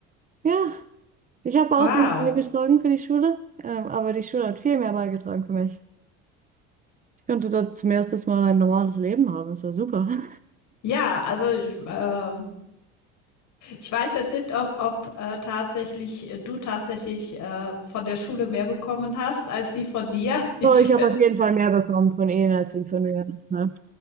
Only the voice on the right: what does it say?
ja, ich habe auch
nicht beigetragen für die Schule, ähm, aber die Schule hat viel mehr beigetragen für mich. Ich konnte dort zum ersten Mal ein normales Leben haben. Das war super. <laughs>
So, ich habe auf jeden Fall mehr bekommen von ihnen als sie von mir. Ne?